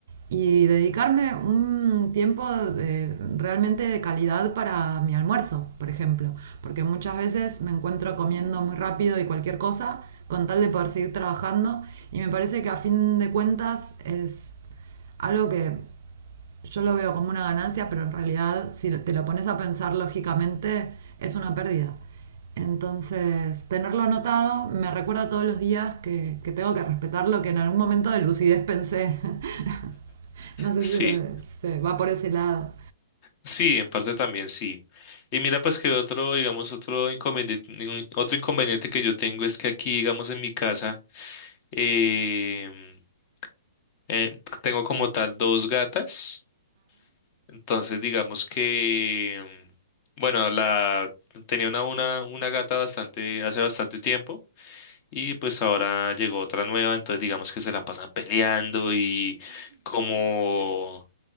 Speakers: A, on the right; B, on the left.
A: y dedicarme un tiempo de- realmente de calidad para mi almuerzo, por ejemplo, porque muchas veces me encuentro comiendo muy rápido y cualquier cosa con tal de poder seguir trabajando y me parece que a fin de cuentas es algo que yo lo veo como una ganancia, pero en realidad si te lo pones a pensar lógicamente es una pérdida. Entonces, tenerlo anotado me recuerda todos los días que, que tengo que respetar lo que en algún momento de lucidez pensé. <laughs> no sé
B: sí,
A: si se, se va por ese lado.
B: sí, en parte también sí. Y mira, pues que otro, digamos, otro inconveniente, otro inconveniente que yo tengo es que aquí, digamos, en mi casa, em, eh, tengo como tal dos gatas. Entonces, digamos que, mm, bueno, la tenía una, una, una gata bastante, hace bastante tiempo. Y pues ahora llegó otra nueva, entonces digamos que se la pasan peleando y como